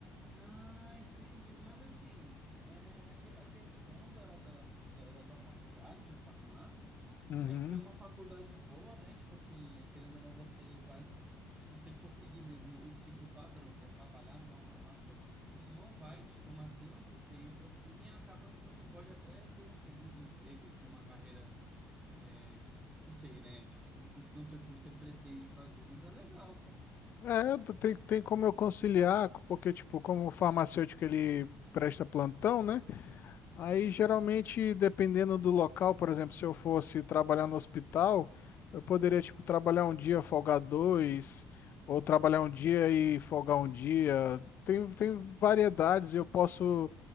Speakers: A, on the right; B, on the left.
A: Ah, entendi. Mas assim, é, a, que- a questão da, da, da, da tua faculdade de farmácia
B: Uhum.
A: é que é uma faculdade boa, né? Tipo assim, querendo ou não, você vai. Se você for seguir mesmo o ciclo padrão, que é trabalhar numa farmácia, isso não vai te tomar tanto tempo assim, e acaba que você pode até ter um segundo emprego, assim, uma carreira. é, não sei, né? Tipo, não, não sei o que você pretende fazer, mas é legal, cara.
B: É, tem, tem como eu conciliar, porque, tipo, como o farmacêutico ele presta plantão, né?
A: Uhum,
B: Aí, geralmente, dependendo do local, por exemplo, se eu fosse trabalhar no hospital, eu poderia, tipo, trabalhar um dia, folgar dois, ou trabalhar um dia e folgar um dia. Tem, tem variedades, e eu posso